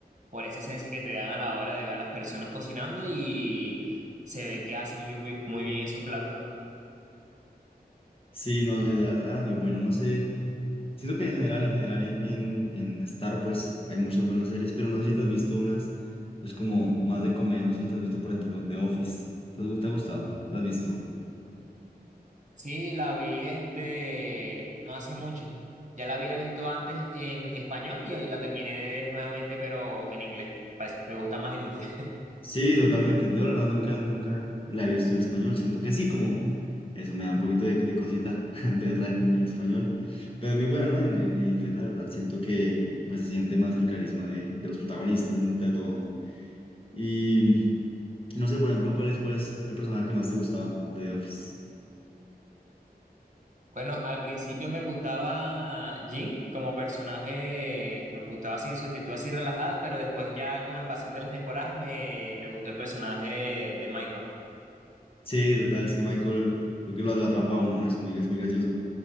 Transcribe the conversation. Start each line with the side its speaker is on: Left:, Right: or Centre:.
Right: por esa esencia que te dan a la hora de ver a las personas cocinando y se ve que hace muy, bui- muy bien esos platos.
Left: Sí, no, sí, era, era muy buena, no sé. Siento que en general, en general, en, en, en Star, pues, hay muchas buenas series, pero no sé si te has visto unas, pues, como más de comedia, no sé si te has visto, por ejemplo, The Office. ¿Te, ha- te ha gustado? ¿La has visto?
Right: Sí, la vi este, no hace mucho. Ya la había visto antes en español y hoy la terminé de ver nuevamente, pero en inglés. Pues, me gusta más en inglés. <laughs>
Left: Sí, totalmente. Yo la verdad nunca, nunca la he visto en español. Siento que sí, como eso me da un poquito de, de cosita <laughs> verla en, en español. Pero es muy bueno ¿no? En, en- en inglés, la verdad, siento que pues se siente más el carisma de, de los protagonistas entre todo. Y no sé, por ejemplo, ¿cuál es, cuál es el personaje que más te gustaba de The Office?
Right: Bueno, al principio me gustaba Jin como personaje, me gustaba así su actitud así relajada, pero después ya con el pasar de las temporadas me, me gustó el personaje de Michael.
Left: Sí, total, es que Michael creo que lo, lo atrapa a uno, ¿no? Es muy, es muy gracioso.